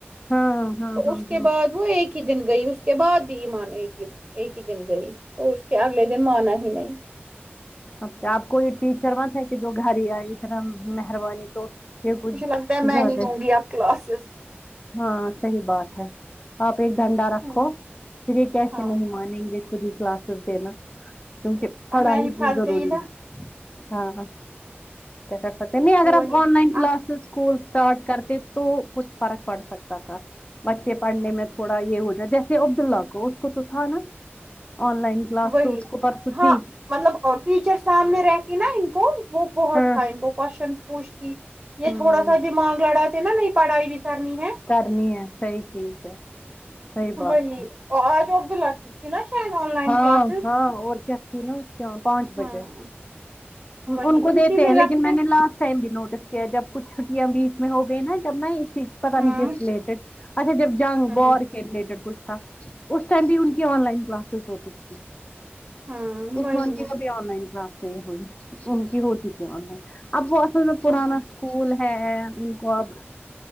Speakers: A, on the left (about 30°); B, on the right (about 30°).
A: ہاں ہاں
B: تو
A: ہاں
B: اس کے
A: ہاں
B: بعد وہ ایک ایک ہی دن گئی اس کے بعد بھی یہ مان ایک ہی دن گئی تو اس کے اگلے دن مانا ہی نہیں
A: اچھا آپ کو یہ ٹیچر مت ہے کہ جو گھر ہی آئی رحم مہربانی تو یہ کچھ
B: مجھے لگتا ہے میں
A: زیادہ
B: لوں
A: ہی
B: گی اب کلاسز
A: ہاں صحیح بات ہے آپ ایک دھنڈا رکھو
B: ہ
A: پھر یہ کیسے
B: ہاں
A: نہیں مانیں گے خود ہی کلاسز دینا کیونکہ پڑھائی
B: اب میں ہی پھنس
A: بھی ضروری
B: گئی نا
A: ہے ہاں کیا کر سکتے نہیں اگر
B: وہی
A: آپ آن لائن کلاسز
B: آ،
A: اسکول اسٹارٹ کرتے تو کچھ فرق پڑ سکتا تھا بچے پڑھنے میں تھوڑا یہ ہو جائے جیسے عبد اللہ کو اس کو تو تھا نا آن لائن کلاس
B: وہی
A: تو اس کو پرسوں
B: ہاں
A: تھی
B: مطلب اور ٹیچر سامنے رہتی نا ان کو وہ بہت
A: ہاں
B: تھا ان کو کوشچن پوھتی یہ
A: ہوں
B: تھوڑا سا دماغ لڑا سے نہ نہیں پڑھائی بھی کرنی ہے
A: کرنی ہے صحیح چیز ہے صحیح بات
B: وہی
A: ہے
B: آج وہ دلاات تھی نا شاید لائن
A: ہاں
B: کلاسز
A: ہاں اور کیاھی نا کی پانچ
B: ہوں
A: بجے
B: وہی
A: ان کو دیتے
B: کی بھی
A: ہیں
B: رکھتے
A: لیکن میں نے لاسٹ بھی نوٹس کیا جب کچھ چھٹیاں بیچ میں ہو گئی نا جب ن اس چیز پتہ
B: ہوں
A: نہیں ریلیٹڈ اچھا جب جنگ وار
B: ہوں
A: کے ریلیٹڈ کچھ تھا اس ٹائم بھی ان کی آن لائن کلاسز ہوتی تھی
B: ہوں
A: اسمان
B: وہی
A: کی کبھی آن لائن کلاس نہیں ہوئی ان کی ہو چییں آن لائن اب وہ اصل میں پرانا
B: ہوں ہوں
A: اسکول ہے ان کو اب